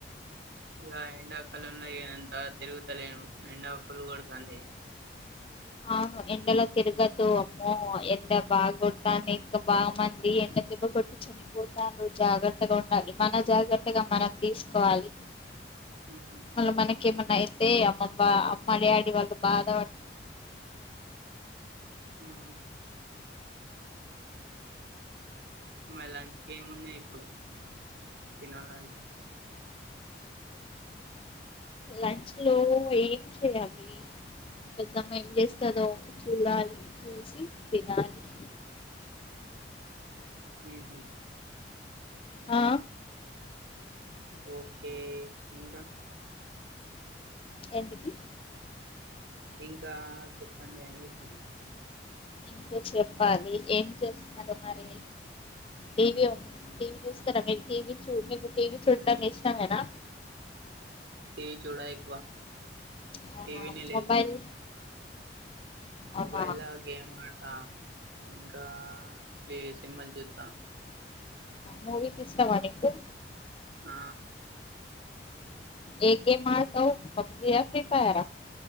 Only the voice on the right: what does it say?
ఇగా ఎండాకాలంలో అంత తిరుగుతలేను ఎండ ఫుల్లు కొడతంది.
ఉమ్
హ్ మరి లంచ్ కి ఏమున్నాయి ఇప్పుడు తినాలంటే
హ్ హ్
ఓకే ఇంకా
ఇంకా చెప్పండి అని చెప్పిన
టీ వి చూడ ఎక్కువ.
టీవీనే
మొబైల్
ల గేమ్ ఆడతా. ఇంకా ప్లే సిన్మల్ జూత్తా.
ఆ